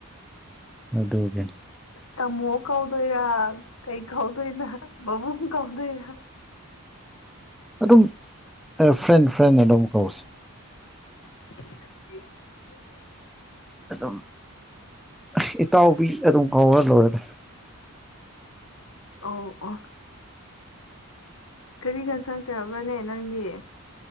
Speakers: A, in the centre; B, on the left.
A: ꯑꯗꯨꯗꯒ
B: ꯇꯥꯃꯣ ꯀꯧꯗꯣꯏꯔꯥ ꯀꯩ ꯀꯧꯗꯣꯏꯅ ꯄꯥꯕꯨꯡ ꯀꯧꯗꯣꯏꯔꯥ
A: ꯑꯗꯨꯝ ꯑꯦ ꯐ꯭ꯔꯦꯟ ꯐ꯭ꯔꯦꯟꯅ ꯑꯗꯨꯝ ꯀꯧꯁꯤ
B: <unintelligible>
A: ꯑꯗꯨꯝ ꯑꯩꯍ ꯏꯇꯥꯎꯕꯤ ꯑꯗꯨꯝ ꯀꯧꯔ ꯂꯣꯏꯔꯦꯗ
B: ꯑꯣ ꯑꯣ ꯀꯔꯤ ꯌꯦꯟꯁꯥꯡ ꯆꯥꯕ꯭ꯔꯥꯅꯦ ꯅꯪꯗꯤ